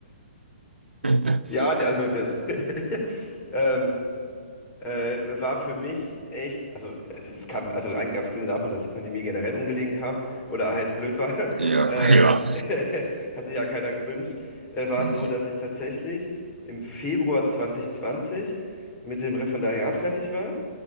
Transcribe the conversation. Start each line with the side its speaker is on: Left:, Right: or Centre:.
Right: <laughs>
Left: Ja, also das. <laughs> ähm, äh, war für mich echt, also es, es kam, also an- abgesehen davon, dass die Pandemie generell ungelegen kam oder halt blöd war,
Right: Ja,
Left: <laughs> ähm,
Right: ja.
Left: <laughs> hat sich ja keiner gewünscht, äh, war
Right: Nee.
Left: es so, dass ich tatsächlich im Februar 2020 mit dem Referendariat fertig war